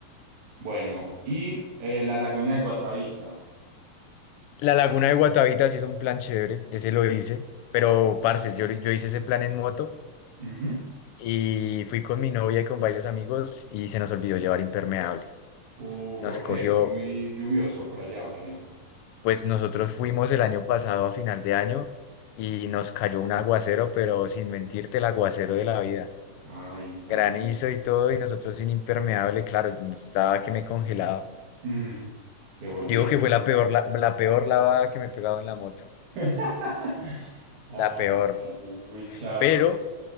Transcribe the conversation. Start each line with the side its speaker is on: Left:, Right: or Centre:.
Right: Bueno, y eh, la laguna de Guatavita.
Left: La laguna de Guatavita sí es un plan chévere, ese lo hice, pero parce, yo, yo hice ese plan en moto
Right: Ujú.
Left: y fui con mi novia y con varios amigos y se nos olvidó llevar impermeable.
Right: Uh,
Left: Nos
Right: ¿por
Left: cogió,
Right: qué? ¿Es muy lluvioso por allá o qué?
Left: pues nosotros fuimos el año pasado a final de año y nos cayó un aguacero, pero sin mentirte, el aguacero de la vida.
Right: Ay, parce.
Left: Granizo y todo y nosotros sin impermeable, claro, estaba que me congelaba.
Right: Mm, se volvieron.
Left: Digo que fue
Right: locos.
Left: la peor, la, la peor lavada que me he pegado en la moto,
Right: <laughs> Ah,
Left: la peor,
Right: parce, muy charro.
Left: pero...